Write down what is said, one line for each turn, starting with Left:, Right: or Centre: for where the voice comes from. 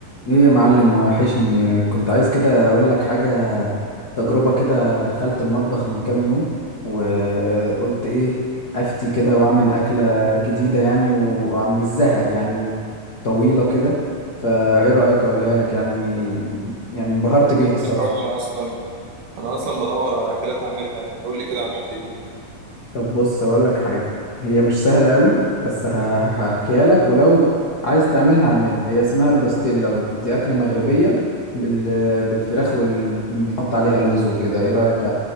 Left: ايه يا معلم وحشني كنت عايز كده اقول لك حاجة تجربة كده دخلت المطبخ من كام يوم وقلت ايه افتي كده واعمل اكلة جديدة يعني ومن الزهق يعني وطويلة كده فايه رأيك اقولها لك يعني يعني انبهرت بيها الصراحة
Right: حلو قوي انا اصلا انا اصلا بدور على اكلات اعملها يعني قول لي كده عملت ايه
Left: طب بص اقول لك حاجه هي مش سهله قوي بس ه- هحكيها لك ولو عايز تعملها هعملها هي اسمها الباستيلا دي اكله مغربيه بال... بالفراخ وال... وبنحط عليها لوز وكده ايه رايك